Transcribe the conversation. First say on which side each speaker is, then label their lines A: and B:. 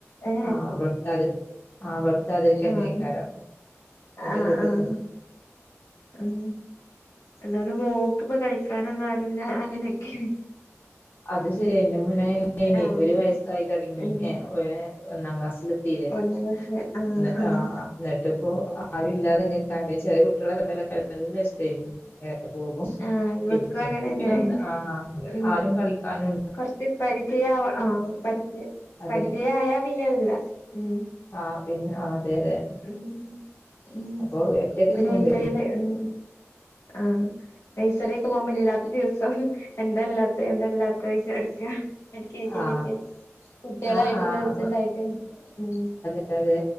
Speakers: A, on the left (about 80°); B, on the left (about 40°).
A: ഏ
B: ആഹ് അവിടുത്തെ അത് അവിടുത്താതിരിക്കന്നെയിക്കാരം
A: ആഹ്
B: എന്റെ
A: ആഹ്
B: വീട്ട്ത്തും
A: ആഹ് ഉം അതോണ്ട് മോക്ക് ഇപ്പോ കളിക്കാനൊന്നും ആരുല്ല അങ്ങനെയൊക്കെണ്
B: അത് ശെരിയാ എന്റെ മോൻ
A: ആഹ്
B: ഇപ്പൊ ഒരു വയസായി തുടങ്ങി
A: ഉം
B: ഏ ഒന്നാം ക്ലാസ്സില് ത്തീല്ലേ
A: ഒന്നാം ക്ലാസ്സില് ആഹ്
B: എന്നിട്ട്
A: ആഹ്
B: ആ എന്നിട്ട് ഇപ്പോ ആരും ഇല്ലാതെ ഇാതെങ്ങനെ കാര്യ ചെറിയ കുട്ടികളെ കണ്ടാലൊക്കെ നല്ല ഇഷ്ടായിന് പോകും
A: ആഹ് ഇവക്കും
B: പിന്നെ
A: അങ്ങനെന്നെ
B: ഇപ്പം പിന്നെ ഒന്ന് ആഹ്
A: ഉം
B: ആരും കളിക്കാനു
A: കൊറച്ച് പരിചയാവണ ആഹ് പരിചയ
B: അതെ
A: പരിചയായാ പിന്നെല്ല ഉം
B: ആഹ് പിന്നെ അതെ അതെ
A: ഉം ഉം
B: അപ്പൊ ഒറ്റക്ക്
A: പിന്നെ
B: നിക്കുമ്പേ
A: ഈ നഴ്‌സറില് ഉം ആഹ് നഴ്സറിയൊക്കെ പോകുമ്പോ ഇല്ലാത്ത ദിവസം എന്താല്ലാത്തെ എന്താല്ലാത്തെ ചോദിച്ചു നടക്കാ എൽ കെ ജിലൊക്കെ
B: ആ
A: കുട്ടികളായിട്ടുള്ള
B: ആ ആ അപ്പൊ
A: ഇതുണ്ടായിട്ട് ഉം
B: അതെ